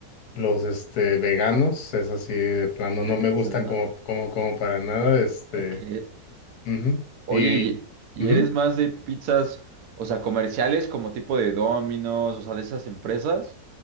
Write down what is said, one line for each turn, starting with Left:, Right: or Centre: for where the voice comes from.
Left: los este, veganos. Es así de plano, no
Right: esas
Left: me gustan
Right: no.
Left: como, como, como para nada. Este,
Right: Ok.
Left: ujú.
Right: Oye,
Left: Y
Right: ¿y, y
Left: ujú.
Right: eres más de pizzas, o sea, comerciales como tipo de Domino's, o sea, de esas empresas?